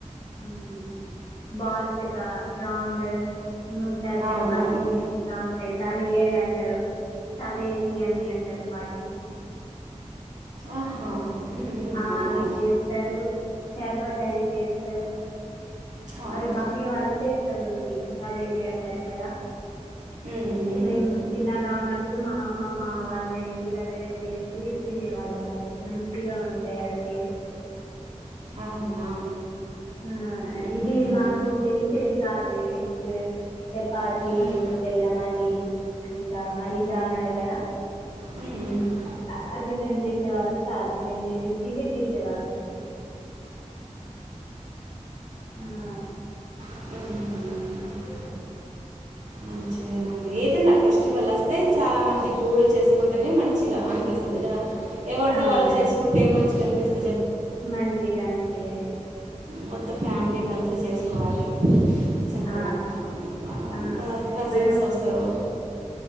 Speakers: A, on the left; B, on the right.
A: ఉమ్ బాల్స్ లేక రౌండెడ్ నుూ చార్ చప్పతీస్
B: అవునవును
A: ఇంకా ఉంటాయ్ డా <unintelligible> అంటారు సవేలి అని అంటారు వాటిని
B: ఆహా ఉమ్, ఉమ్,
A: ఆ
B: అవునవును
A: అవి చేస్తారు హషర్బద్ అవి చేస్తారు
B: అవును
A: అవి మమ్మీ వాళ్ళు చేస్తారు ఇది నవేలి అంటారు కదా
B: ఉమ్, ఉమ్.
A: మేం చిన్నగా ఉన్న ఇప్పుడు మా అమ్మమ్మ వాళ్ళ ఇంటి దగ్గర చేసి తినేవాళ్ళం అవి మంచిగా ఉంటాయి అవి ఇన్ట్.
B: అవునా
A: ఆ
B: ఉమ్,
A: ఇది
B: ఉమ్.
A: నాకు తెలిసేది కాదు ఇది చపాతి
B: ఉమ్,
A: ను బెల్లం అది ఇంకా మలిదా అన్నారు కదా.
B: ఉమ్, ఉమ్.
A: అ అది నేను చేసే వాళ్ళం కాదు మేము ఇవి చేసేవాళ్ళం ఆ
B: ఉహ మంచిదేనండి ఏదైనా ఫెస్టివల్ వస్తే చాలామంది కూడు చేసుకుంటేనే మంచిగ అనిపిస్తది కదా ఎవరిది
A: అవునండి
B: వాళ్ళు చేసుకుంటే మంచిగా అనిపిస్తుం
A: మంచిగా అనిపియ్యలేద్
B: మొత్తం ఫ్యామిలీ కలిసి చేసుకోవాలి చక్కగా
A: ఆ
B: అలా
A: ఆ
B: కజిన్స్
A: మనం
B: వస్తరు